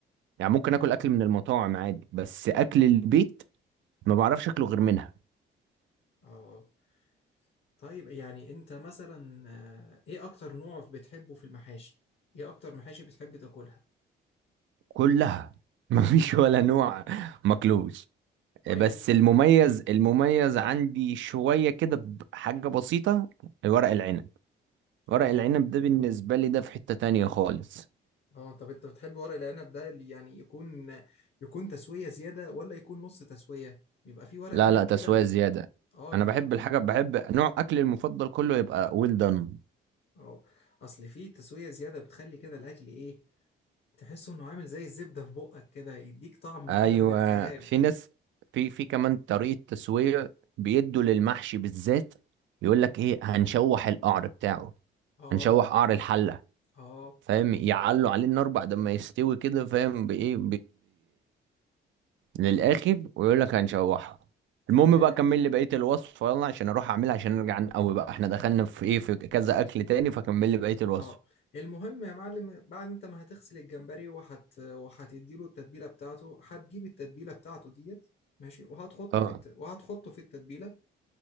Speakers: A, on the right; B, on the left.
A: يعني ممكن اكل اكل من المطاعم عادي بس اكل البيت ما بعرفش اكله غير منها
B: آه طيب يعني أنت مثلا آه، إيه أكتر نوع بتحبه في المحاشي؟ إيه أكتر محاشي بتحب تاكلها؟
A: كلها <laughs> مفيش ولا نوع ماكلوش
B: آه يعني
A: بس المميز المميز عندي شوية كده بحاجة بسيطة ورق العنب ورق
B: آه
A: العنب
B: يعني
A: ده بالنسبة لي ده في حتة تانية خالص
B: آه طب أنت بتحب ورق العنب ده اللي يعني يكون يكون تسوية زيادة ولا يكون نص تسوية؟ بيبقى فيه ورق
A: لا
B: عنب
A: لا تسوية
B: كده
A: زيادة
B: آه بيكون
A: أنا بحب الحاجة بحب نوع أكلي المفضل كله يبقى ويل دان
B: اه اصل في تسوية زيادة بتخلي كده الاكل ايه تحسه انه عامل زي الزبدة في بقك كده يديك طعم
A: أيوة
B: كده من الخيال
A: في ناس في في كمان طريقة تسوية بيدوا للمحشي بالذات يقول لك إيه هنشوح القعر بتاعه
B: اه
A: هنشوح قعر الحلة
B: اه
A: فاهم يعلوا عليه النار بعد ما يستوي كده فاهم بإيه للاخر ويقول لك هنشوحه
B: تمام
A: المهم بقى كمل لي بقيه الوصفه يلا عشان اروح اعملها عشان نرجع نقوي بقى احنا دخلنا في ايه في كذا اكل تاني فكمل لي بقيه الوصفه
B: اه المهم يا معلم بعد انت ما هتغسل الجمبري وهت وهتديله التتبيلة بتاعته هتجيب التتبيلة بتاعته ديت ماشي وهتحطه
A: اه
B: في الت... وهتحطه في التتبيلة